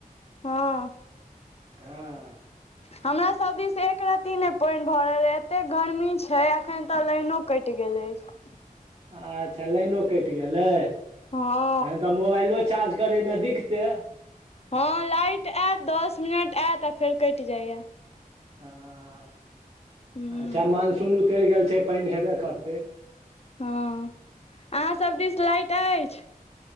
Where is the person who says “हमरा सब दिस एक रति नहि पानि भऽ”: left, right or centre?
Left